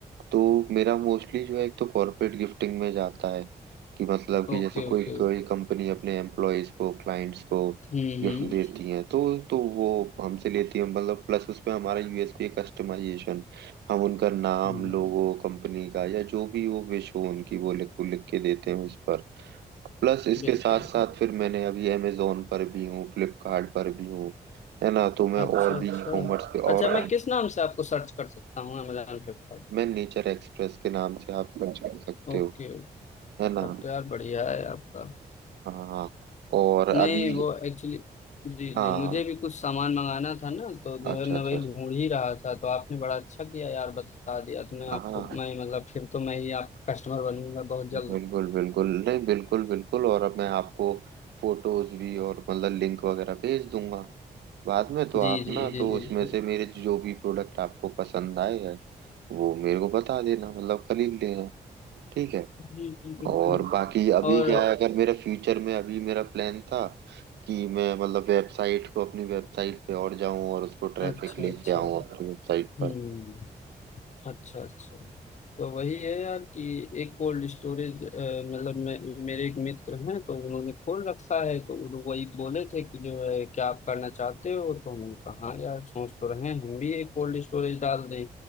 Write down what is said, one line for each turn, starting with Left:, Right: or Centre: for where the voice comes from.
Right: तो मेरा मोस्टली जो है एक तो कॉर्पोरेट गिफ्टिंग में जाता है कि मतलब कि
Left: Okay
Right: जैसे कोई
Left: okay
Right: कोई कंपनी अपने एम्प्लॉयज को क्लाइंट्स को
Left: हम्म
Right: गिफ्ट देती है तो तो वो हमसे लेती है मतलब प्लस उसमें हमारा यूएसपी है कस्टमाइजेशन हम उनका नाम
Left: Hmm hmm,
Right: लोगो कंपनी का या जो भी वो विश हो उनकी वो लिख लिख के देते हैं उस पर प्लस इसके
Left: बिल्कुल
Right: साथ साथ फिर मैंने अभी अमेजोन पर भी हूँ फ्लिपकार्ट पर भी हूँ है ना तो मैं
Left: अच्छा
Right: और
Left: अच्छा
Right: भी ई कॉमर्स पे
Left: अच्छा
Right: और
Left: मैं किस नाम से आपको सर्च कर सकता हूँ अमेजोन फ्लिपकार्ट पे
Right: मैं नेचर एक्सप्रेस के नाम से आप सर्च कर सकते
Left: Okay
Right: हो
Left: okay,
Right: है ना
Left: तब तो यार बढ़िया है आपका
Right: हाँ और अभी
Left: नहीं वो एक्चुअली जी
Right: हाँ
Left: जी मुझे भी कुछ सामान मंगाना था ना तो जो
Right: अच्छा
Left: है मैं
Right: अच्छा
Left: वही ढूंढ ही रहा था तो आपने बड़ा अच्छा किया यार बता दिया तो मैं
Right: हाँ
Left: आपको मैं मतलब फिर तो मैं ही आपका कस्टमर बनूंगा बहुत जल्द
Right: बिल्कुल बिल्कुल नहीं बिल्कुल बिल्कुल और अब मैं आपको फोटोज भी और मतलब लिंक वगैरह भेज दूंगा बाद में तो
Left: जी
Right: आप ना
Left: जी जी
Right: तो
Left: बिल्कुल
Right: उसमें से मेरे जो भी प्रोडक्ट आपको पसंद आए हैं वो मेरे को बता देना मतलब खरीद लेना ठीक है
Left: जी जी बिल्कुल
Right: और बाकी अभी
Left: और
Right: क्या है अगर मेरा फ्यूचर में अभी मेरा प्लान था कि मैं मतलब वेबसाइट को अपनी वेबसाइट पे और जाऊं और उसको ट्रैफिक
Left: अच्छा
Right: लेके
Left: अच्छा
Right: आऊं अपनी वेबसाइट
Left: हम्म
Right: पर
Left: अच्छा अच्छा तो वही है यार कि एक कोल्ड स्टोरेज मतलब मैं मेरे एक मित्र हैं तो उन्होंने खोल रखा है तो वो लोग वही बोले थे कि जो है क्या आप करना चाहते हो तो हमने कहा हाँ यार सोच तो रहे हैं हम भी एक कोल्ड स्टोरेज डाल दें